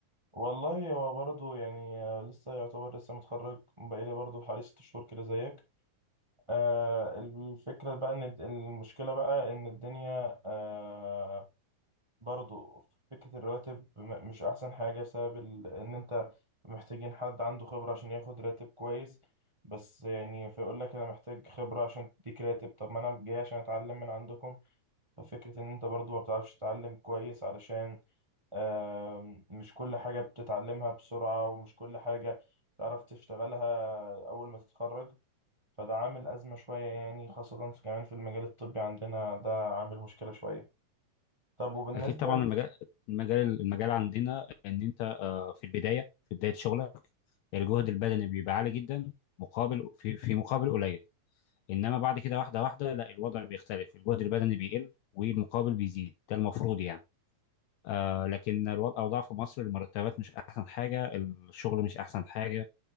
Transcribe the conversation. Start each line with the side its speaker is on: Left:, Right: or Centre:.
Right: والله هو برضه يعني آه، لسه يعتبر لسه متخرج بقالي برضه حوالي ست شهور كده زيك آه الفكرة بقى ان الد- المشكلة بقى ان الدنيا آه برضه فكرة الرواتب م- مش احسن حاجة بسبب ال... ان انت محتاجين حد عنده خبرة عشان ياخد راتب كويس بس يعني فيقول لك انا محتاج خبرة عشان تديك راتب طب ما انا جاي عشان اتعلم من عندكم ففكرة إن أنت برضو ما بتعرفش تتعلم كويس علشان آم، مش كل حاجة بتتعلمها بسرعة ومش كل حاجة تعرف تشتغلها أول ما تتخرج فده عامل أزمة شوية يعني خاصة في كمان في المجال الطبي عندنا ده عامل مشكلة شوية طب وبالنسبة
Left: اكيد طبعا
Right: ل-
Left: المجال المجال المجال عندنا ان انت آه، في البدايه في بدايه شغلك الجهد البدني بيبقى عالي جدا مقابل في في مقابل قليل انما بعد كده واحده واحده لا الوضع بيختلف الجهد البدني بيقل والمقابل بيزيد ده المفروض يعني آه لكن الوضع اوضاع في مصر المرتبات مش احسن حاجه الشغل مش احسن حاجه